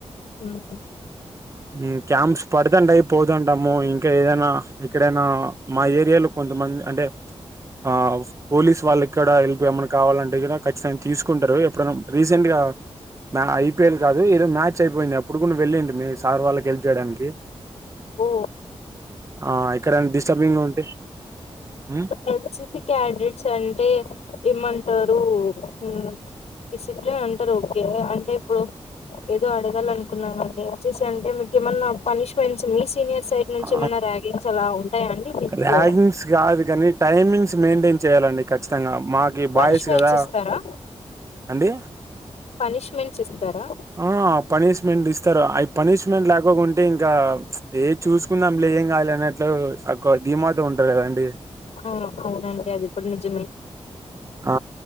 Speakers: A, on the left (about 80°); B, on the right (about 30°).
A: ఉహుమ్.
B: ఉమ్ క్యాంప్స్ పడతంటాయి, పోతంటము. ఇంకా ఏదైనా, ఎక్కడైనా మా ఏరియాలో కొం కొంతమంది అంటే, ఆ పోలీస్ వాళ్ళు ఇక్కడ హెల్ప్ ఏమన్నా కావాలంటే గిన, ఖచ్చితంగా తీసుకుంటారు. ఎప్పుడైనా రీసెంట్ గా, మ ఐపీఎల్ కాదు, ఏదో మ్యాచ్ అయిపోయింది. అప్పుడు కూడా వెళ్ళింటిమీ, సార్ వాళ్ళకి హెల్ప్ చేయడానికి.
A: ఓ.
B: ఆ ఎక్కడైనా డిస్టబింగ్గా ఉంటే, హ్మ్?
A: ఎన్ సీ సీ క్యాన్డెట్స్ అంటే, ఏమంటారు ఉమ్. డిసిప్లిన్ ఉంటారు. ఓకే అంటే ఇప్పుడు, ఏదో అడగాలానుకున్నామండి. ఎన్ సీ సీ అంటే మీకు ఏమన్నా పనిష్మెంట్స్ <inaudible> సీనియర్ సైడ్ నుంచి,
B: ఆ,
A: ఏమన్నా ర్యాగింగ్స్ అలా ఉంటాయా అండి దీంట్లో.
B: ర్యాగింగ్స్ కాదు కానీ టైమింగ్స్ మెయింటైన్ చేయాలండి ఖచ్చితంగా. మాకి
A: పనిష్మెంట్స్
B: బాయ్స్ కదా.
A: ఇస్తారా
B: అండి.
A: పనిష్మెంట్స్ ఇస్తారా.
B: ఆ పనిష్మెంట్ ఇస్తారు. అయి పనిష్మెంట్ లేకాకుంటే ఇంకా, ఏ చూసుకుందాం లే, ఏం కాదులే అన్నట్టు, అక్కువ ధీమాతో ఉంటార్ కదండి.
A: అ అవునండి, అది కూడా నిజమే.
B: ఆ